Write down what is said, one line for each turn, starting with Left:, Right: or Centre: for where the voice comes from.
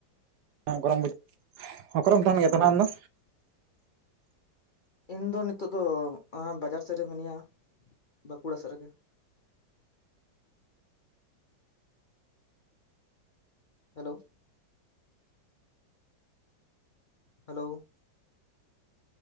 Right: ᱜᱚᱨᱚᱢ ᱵᱩᱡᱷᱟᱹ ᱜᱚᱨᱚᱢ ᱛᱟᱦᱮᱱ ᱜᱮᱭᱟ
Left: ᱦᱳᱭ
Right: ᱛᱟᱦᱮᱱᱟ ᱟᱢ ᱫᱚ
Left: ᱤᱧ ᱫᱚ ᱱᱤᱛᱚᱜ ᱫᱚ ᱵᱟᱡᱟᱨ ᱥᱮᱫ ᱨᱮ ᱢᱤᱱᱟᱹᱧᱟ᱾ ᱵᱟᱸᱠᱩᱲᱟ ᱥᱮᱫ ᱨᱮᱜᱮ ᱦᱮᱞᱳ ᱦᱮᱞᱳ